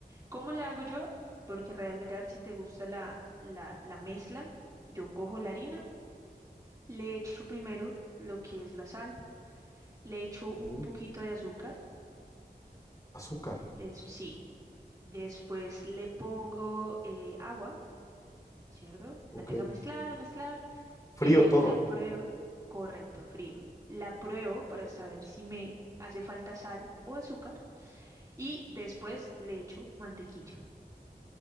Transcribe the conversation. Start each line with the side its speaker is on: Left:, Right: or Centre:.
Right: ¿Cómo la hago yo? Porque realmente a ver si te gusta la, la, la mezcla. Yo cojo la harina, le echo primero lo que es la sal, le echo
Left: ujú.
Right: un poquito de azúcar,
Left: Azúcar.
Right: des- sí. Después le pongo eh, agua, ¿cierto?
Left: Ok.
Right: La empiezo a mezclar, a mezclar.
Left: Frío
Right: eh,
Left: todo.
Right: la pruebo, correcto, frío. La pruebo para saber si me hace falta sal o azúcar. Y después le echo mantequilla.